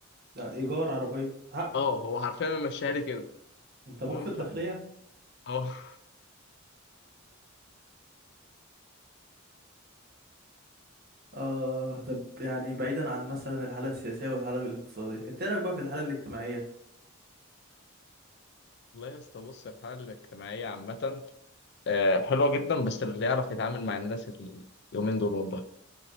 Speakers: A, on the right; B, on the left.
A: ده ايجار عربية حقه
B: اه هو حرفيا ماشيها لي كده
A: انت
B: تمام
A: ابوك في الداخلية
B: ف اه
A: آه طب يعني بعيدا عن مثلا الحالة السياسية والحالة الاقتصادية انت إيه رأيك بقى في الحالة الاجتماعية
B: <laughs> والله يا اسطى بص الحاله الاجتماعيه عامه آه، حلوه جدا بس اللي يعرف يتعامل مع الناس اليومين دول والله